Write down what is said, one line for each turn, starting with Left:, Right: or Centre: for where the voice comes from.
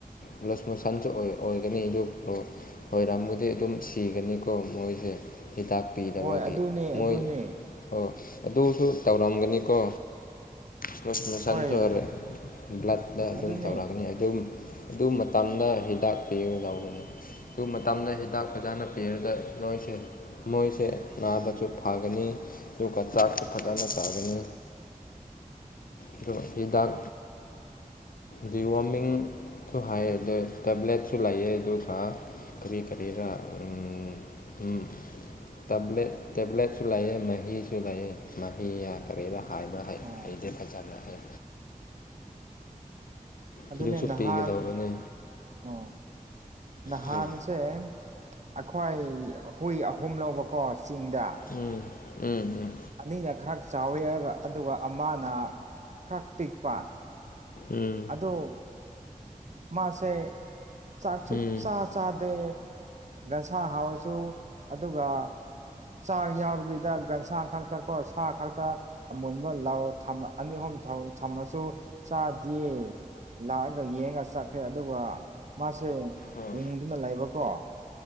Left: ꯕ꯭ꯂꯣꯁ ꯃꯣꯁꯟꯁꯨ ꯑꯣꯏꯒꯅꯤ ꯑꯗꯨ ꯄ꯭ꯔꯣ ꯈꯣꯏꯔꯥꯝꯕꯨꯗꯤ ꯑꯗꯨꯝ ꯁꯤꯒꯅꯤꯀꯣ ꯃꯣꯏꯁꯦ ꯍꯤꯗꯥꯛ ꯄꯤꯗꯕꯒꯤ
Right: ꯍꯣꯏ ꯑꯗꯨꯅꯦ
Left: ꯃꯣꯏ
Right: ꯑꯗꯨꯅꯦ
Left: ꯑꯣ ꯑꯗꯨꯁꯨ ꯇꯧꯔꯝꯒꯅꯤꯀꯣ ꯕ꯭ꯂꯠ ꯕꯣꯁꯟꯁꯨ
Right: ꯍꯣꯏ
Left: ꯕ꯭ꯂꯠꯗ
Right: ꯑꯗꯨꯅꯦ
Left: ꯑꯗꯨꯝ ꯇꯧꯔꯒ ꯑꯗꯨꯝ ꯑꯗꯨ ꯃꯇꯝꯗ ꯍꯤꯗꯥꯛ ꯄꯤꯕ ꯌꯥꯎꯕꯅꯤ ꯑꯗꯨ ꯃꯇꯝꯗ ꯍꯤꯗꯥꯛ ꯐꯖꯅ ꯄꯤꯔꯒ ꯅꯣꯏꯁꯦ ꯃꯣꯏꯁꯦ ꯅꯥꯕꯁꯨ ꯐꯒꯅꯤ ꯑꯗꯨꯒ ꯆꯥꯛꯁꯨ ꯐꯖꯅ ꯆꯥꯒꯅꯤ ꯑꯗꯨꯒ ꯍꯤꯗꯥꯛ ꯗꯤ ꯋꯥꯔꯃꯤꯡ ꯁꯨ ꯍꯥꯏ ꯑꯗ ꯇꯦꯕ꯭ꯂꯦꯠꯁꯨ ꯂꯩꯌꯦ ꯑꯗꯨꯒ ꯀꯔꯤ ꯀꯔꯤꯔꯥ ꯎꯝ ꯇꯥꯕ꯭ꯂꯦꯠ ꯇꯦꯕ꯭ꯂꯦꯠꯁꯨ ꯂꯩꯌꯦ ꯃꯍꯤꯁꯨ ꯂꯩꯌꯦ ꯃꯍꯤꯔ ꯀꯔꯤꯔ ꯍꯥꯏꯕ ꯍꯩ
Right: ꯑꯣ
Left: ꯑꯩꯗꯤ ꯐꯖꯅ ꯍꯥꯏ
Right: ꯑꯗꯨꯅꯦ
Left: ꯐꯤꯗꯨꯁꯨ
Right: ꯅꯍꯥꯟ
Left: ꯄꯤꯒꯗꯧꯕꯅꯦ
Right: ꯑꯣ ꯅꯍꯥꯟꯁꯦ
Left: ꯑꯗꯨ
Right: ꯑꯩꯈꯣꯏ ꯍꯨꯏ ꯑꯍꯨꯝ ꯂꯧꯕꯀꯣ ꯆꯤꯡꯗ
Left: ꯎꯝ ꯎꯝ ꯎꯝ
Right: ꯑꯅꯤꯅ ꯈꯔ ꯆꯥꯎꯌꯦꯑꯒ ꯑꯗꯨꯒ ꯑꯃꯅ ꯈꯔ ꯄꯤꯛꯄ
Left: ꯎꯝ
Right: ꯑꯗꯣ ꯃꯥꯁꯦ ꯆꯥꯛ ꯁꯨ
Left: ꯎꯝ
Right: ꯆꯥ ꯆꯥꯗꯦ ꯒꯟꯁꯥ ꯍꯥꯎꯔꯁꯨ ꯑꯗꯨꯒ ꯆꯥꯡ ꯌꯥꯎꯗꯕꯤꯗ ꯒꯟꯁꯥꯡ ꯈꯛꯇꯀꯣ ꯁꯥ ꯈꯛꯇ ꯑꯃꯨꯟꯕ ꯂꯥꯎꯑꯣ ꯊꯝꯃ ꯑꯅꯤ ꯑꯍꯨꯝ ꯊꯥꯎꯑꯣ ꯊꯝꯃꯁꯨ ꯆꯥꯗꯦ ꯂꯥꯛꯑꯒ ꯌꯦꯡꯉꯒ ꯆꯠꯈ꯭ꯔꯦ ꯑꯗꯨꯒ ꯃꯥꯁꯦ
Left: ꯑꯣ
Right: ꯎꯡꯗꯨꯅ ꯂꯩꯕꯀꯣ